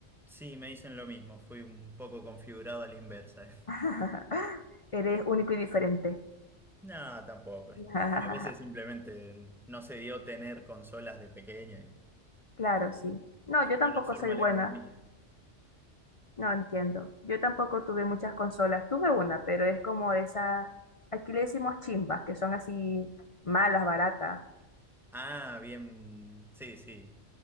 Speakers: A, in the centre; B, on the left (about 40°).
A: Sí, me dicen lo mismo, fui un poco configurado a la inversa. <laughs>
B: <laughs> Eres único y diferente.
A: Nada, tampoco. A
B: <laughs>
A: veces simplemente no se dio tener consolas de pequeño y
B: Claro, sí. No,
A: creo
B: yo tampoco
A: que no forma
B: soy buena.
A: la economía.
B: No entiendo. Yo tampoco tuve muchas consolas. Tuve una, pero es como esas, aquí le decimos chimbas, que son así malas, baratas.
A: Ah, bien, sí, sí.